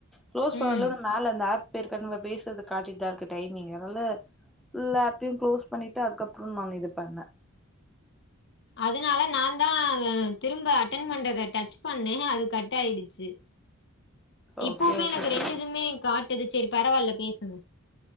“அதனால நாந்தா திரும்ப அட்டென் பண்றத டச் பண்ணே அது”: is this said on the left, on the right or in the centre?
Left